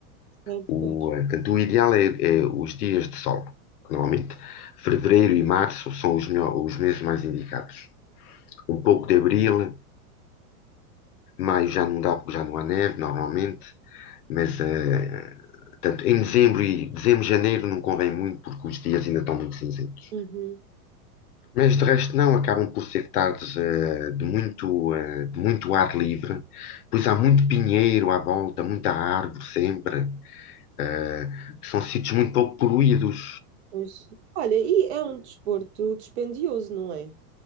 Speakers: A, on the right; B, on the left.
A: Certo,
B: O,
A: pois.
B: ah, portanto, o ideal é, é os dias de sol, que normalmente. Fevereiro e março são os, melhor- os meses mais indicados. Um pouco de abril, Maio já não dá, porque já não há neve, normalmente, mas eh, portanto, em dezembro e dezembro, janeiro não convém muito, porque os dias ainda estão muito cinzentos.
A: Uhum,
B: Mas de resto não, acabam por ser tardes eh, de muito, eh, de muito ar livre, pois há muito pinheiro à volta, muita árvore sempre, eh, são sítios muito pouco poluídos.
A: pois. Olha, e é um desporto dispendioso, não é?